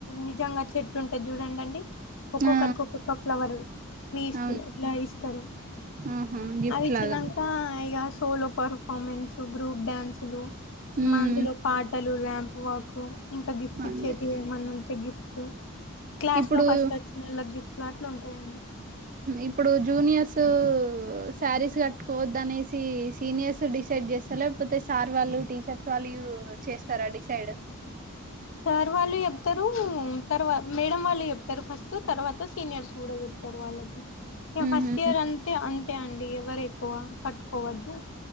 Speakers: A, on the left; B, on the right.
A: నిజంగా చెట్టు ఉంటాయి చూడండి అండి ఒక్కొక్కరికి
B: ఆ
A: ఒక్కొక్క ఫ్లవర్ ట్రీస్
B: అవును
A: అట్లా ఇస్తారు
B: ఆహా గిఫ్ట్
A: అవి
B: లాగా
A: చ్చినాక ఇక సోలో పర్ఫార్మెన్సు గ్రూప్ డ్యాన్సులు
B: మ్మ్
A: మందులో పాటలు ర్యాంప్ వాకు ఇంకా గిఫ్ట్స్
B: అంతే
A: ఇచ్చేటివి ఏమన్నా ఉంటే గిఫ్ట్స్ క్లాస్
B: ఇప్పుడు
A: లో ఫస్ట్ వచ్చిన వాళ్ళ గిఫ్ట్ లు అట్లు ఉంటాయండి
B: ఇప్పుడు జూనియర్స్ శారీస్ కట్టుకోవద్ద అనేసి సీనియర్స్ డిసైడ్ చేస్తా లేకపోతే సార్ వాళ్ళు టీచర్స్ వాళ్ళు చేస్తారా డిసైడ్
A: సార్ వాళ్ళు చెప్తారు తర్వా మేడం వాళ్ళు చెప్తారు ఫస్ట్ తర్వాత సీనియర్స్ కూడా చెప్తారు వాళ్ళకి
B: ఉహు
A: ఫస్ట్ ఇయర్ అంతే అంతే అండి ఎవరు ఎక్కువ కట్టుకోవద్దు